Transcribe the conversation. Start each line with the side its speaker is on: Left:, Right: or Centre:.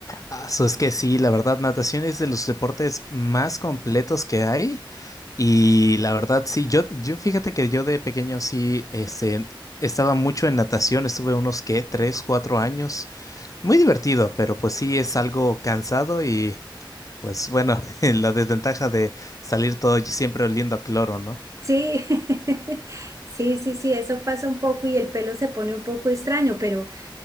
Left: ah, so es que sí, la verdad, natación es de los deportes más completos que hay. Y la verdad, sí, yo, yo fíjate que yo de pequeño sí, este, estaba mucho en natación, estuve unos, ¿qué? Tres, cuatro años. Muy divertido, pero pues sí es algo cansado y pues bueno, <laughs> la desventaja de salir todo siempre oliendo a cloro, ¿no?
Right: Sí, <laughs> sí, sí, sí, eso pasa un poco y el pelo se pone un poco extraño, pero,